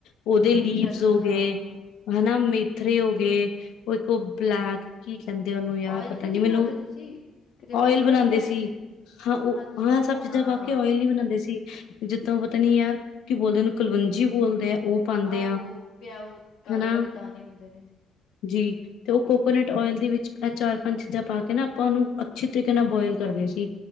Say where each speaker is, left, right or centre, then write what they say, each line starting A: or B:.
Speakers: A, on the left; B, on the left.
A: ਉਹਦੇ ਲੀਵਸ
B: ਅੱਛਾ ਅੱਛਾ
A: ਹੋ ਗਏ
B: ਹਾਂ ਹਾਂ
A: ।ਹਨਾ ਮੇ ਪਥਰੇ ਹੋ ਗਏ। ਕੋਈ ਕੋ ਬਲੈਕ ਕੀ ਕਹਿੰਦੇ ਆ ਉਹਨੂੰ ਯਾਰ
B: ਓਇਲ
A: ਪਤਾ
B: ਤੇ
A: ਨੀ
B: ਨਹੀਂ
A: ਮੈਨੂੰ
B: ਬਣਾਉਂਦੇ ਤੁਸੀਂ ਕਿਤੇ
A: ਓਇਲ ਬਣਾਉਂਦੇ
B: ਤਾਂ ਨਹੀਂ ਕਹਿ ਰਹੇ
A: ਸੀ ।ਹਾਂ ਉਹ
B: ਅੱਛਾ
A: ਹਾਂ
B: ਅੱਛਾ
A: ਸਭ ਚੀਜ਼ਾਂ
B: ਹਾਂ
A: ਪਾ ਕੇ ਓਇਲ ਨ ਬਣਾਉਂਦੇ ਸੀ। ਜਿੱਦਾਂ ਉਹ ਪਤਾ ਨੀ ਯਾਰ ਕੀ ਬੋਲਦੇ ਉਹਨੂੰ ਕੁਲਵੰਜੀ ਬੋਲਦੇ ਆ। ਉਹ ਪਾਦੇ
B: ਆਹੋ
A: ਆ
B: ਪਿਆਉ ਕਾਲੇ
A: ਹੈਨਾ
B: ਕਾਲੇ ਦਾਣੇ ਹੁੰਦੇ ਨੇ
A: ਜੀ ਤੇ ਉਹ ਕੋਕੋਨਟ ਚਾਰ ਪੰਜ ਚੀਜ਼ਾਂ ਪਾ ਕੇ ਨਾ ਆਪਾਂ ਉਹਨੂੰ ਅੱਛੀ ਤਰੀਕੇ ਨਾਲ ਬੋਇਲ ਕਰਦੇ ਸੀ